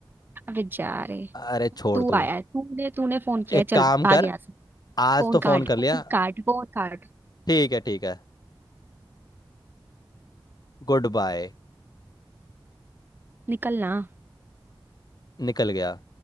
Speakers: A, on the right; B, on the left.
A: अबे जा रे
B: अरे छोड़
A: तू
B: तू
A: आया है तूने तूने फोन किया
B: एक
A: है, चल
B: काम
A: भाग
B: कर
A: यहाँ से
B: आज
A: फोन
B: तो
A: काट
B: फोन कर
A: फोन
B: लिया
A: काट फोन काट
B: ठीक है ठीक है गुड बाय
A: निकलना
B: निकल गया